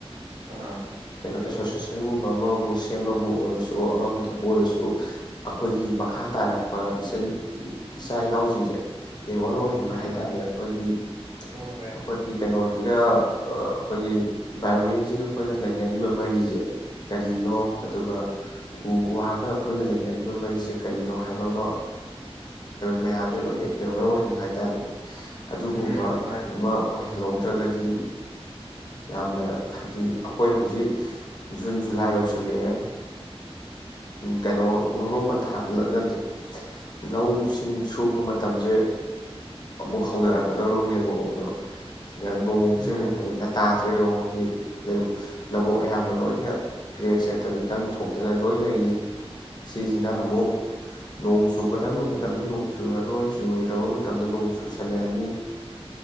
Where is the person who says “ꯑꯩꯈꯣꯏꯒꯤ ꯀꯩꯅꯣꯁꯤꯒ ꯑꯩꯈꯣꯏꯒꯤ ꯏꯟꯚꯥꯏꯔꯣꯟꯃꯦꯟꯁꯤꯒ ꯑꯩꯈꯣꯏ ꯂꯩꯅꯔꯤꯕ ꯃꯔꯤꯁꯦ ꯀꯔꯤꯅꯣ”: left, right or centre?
Left